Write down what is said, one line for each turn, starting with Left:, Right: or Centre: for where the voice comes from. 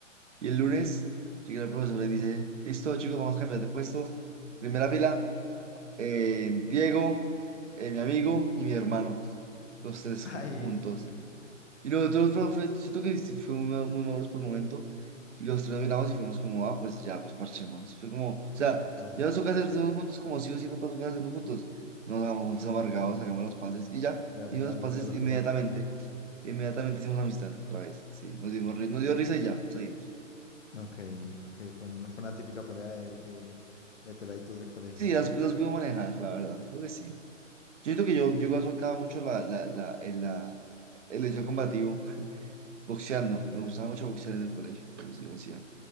Right: Y el lunes llega el profesor y dice, listo chicos, vamos a cambiar de puesto. Primera fila, eh, Diego, eh, mi amigo y mi hermano, los tres
Left: <laughs> Ahí,
Right: ju- juntos. Y nosotros, profe, siento que sí fuimos ma- muy maduros por el momento. Y los tres nos miramos y fuimos como, ah, pues ya, pues parchémonos. Fue como, o sea,
Left: ya pasó.
Right: ya nos toca hacer todos juntos como sí o sí nos va a tocar hacerlos juntos. Nos vamos juntos amargados, hagamos los pases y ya.
Left: Ya,
Right: Hicimos
Left: ya,
Right: los pases
Left: ya lo
Right: inmediatamente.
Left: que pasó, pasó.
Right: Inmediatamente hicimos amistad otra vez. Sí, nos dimos, ri- nos dio risa y ya, seguimos.
Left: Ok, ok, fue, un- fue una típica pelea de, de, de peladitos de colegio.
Right: Sí, las, las puedo manejar, la verdad, creo que sí. Yo creo que yo, yo igual soltaba mucho la, la, la, el, la, el hecho combativo, boxeando. Me gustaba
Left: Ujú.
Right: mucho boxear en el colegio, pero sí lo hacía.